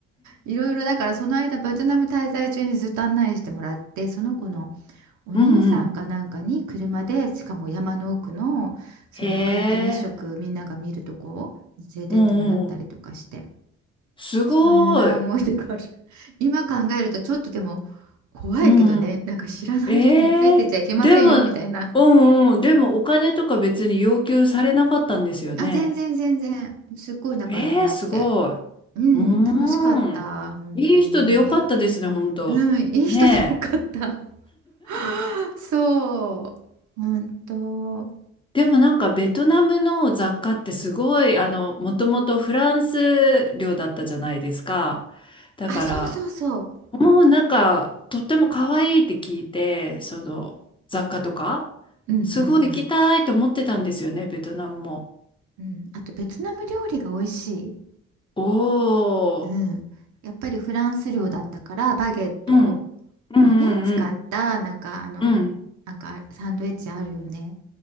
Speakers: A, on the right; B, on the left.
A: いろいろだからその間ベトナム滞在中にずっと案内してもらってその子のお兄さんかなんかに車でしかも山の奥のその皆既日食みんなが見るとこを連れてってもらったりとかして
B: うんうん。へえ。うんうんうん。すごい。
A: そんな思い出がある。<laughs> 今考えるとちょっとでも怖いけどね、
B: うんうん。
A: なんか知らない人についてちゃいけませんよみたいな。
B: ええでも、うんうん、でもお金とか別に要求されなかったんですよね。
A: あ、全然全然、すっごい仲良くなって。
B: ええすごい。う
A: うん、
B: ーん。
A: 楽しかった、本当に。
B: いい人でよかったですね、本当。
A: うん、いい人でよかった。
B: ねえ。
A: <laughs> そう、本当。
B: でもなんかベトナムの雑貨ってすごい、あの、もともとフランス領だったじゃないですか。だから、
A: あ、そうそうそ
B: もうなんか、とっても可愛いって聞いて、その雑貨とか、
A: う。うんうんうん。
B: すごい行きたいと思ってたんですよね、ベトナムも。
A: うん、あとベトナム料理が美味しい。
B: お
A: うん。
B: ー。
A: やっぱりフランス料だったからバゲット。
B: うん。うんうん
A: をね使ったなんかあの
B: うんうん。
A: なんかサンドイッチあるよね